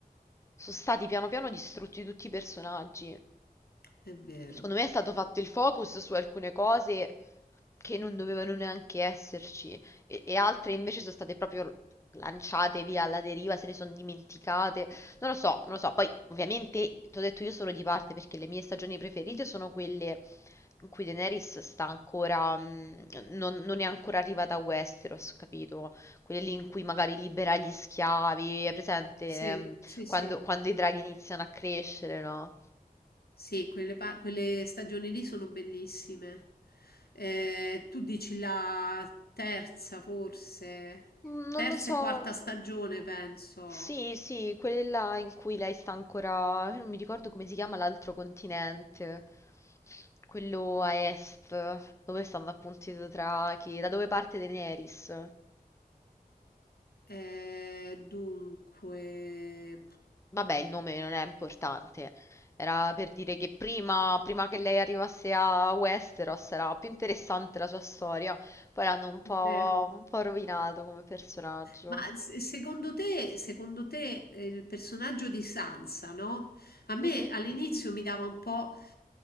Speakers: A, on the left; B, on the left.
A: sono stati piano piano distrutti tutti i personaggi.
B: È vero.
A: Secondo me è stato fatto il focus su alcune cose che non dovevano neanche esserci e, e altre invece sono state proprio lanciate via alla deriva, se ne sono dimenticate. Non lo so, non lo so. Poi, ovviamente, ti ho detto io sono di parte perché le mie stagioni preferite sono quelle in cui Daenerys sta ancora, mm, non, non è ancora arrivata a Westeros, capito? Quelle lì in cui magari libera gli schiavi, è presente?
B: Sì,
A: ehm,
B: sì,
A: quando,
B: sì.
A: quando i draghi iniziano a crescere, no?
B: Sì, quelle, pa- quelle stagioni lì sono bellissime. Eh, tu dici la terza, forse?
A: Mm,
B: Terza
A: Non lo so.
B: e quarta stagione, penso.
A: Sì, sì, quella in cui lei sta ancora. io Non mi ricordo come si chiama l'altro continente. Quello a est, dove stanno appunto i Dothraki, da dove parte Daenerys.
B: Eh, dunque,
A: Vabbè, il nome non è importante. Era per dire che prima, prima che lei arrivasse a Westeros era più interessante la sua storia. Poi l'hanno un po',
B: È vero,
A: un po' rovinato come personaggio.
B: Ma s- secondo te, secondo te eh, il personaggio di Sansa, no? A me
A: Mhm.
B: all'inizio mi dava un po',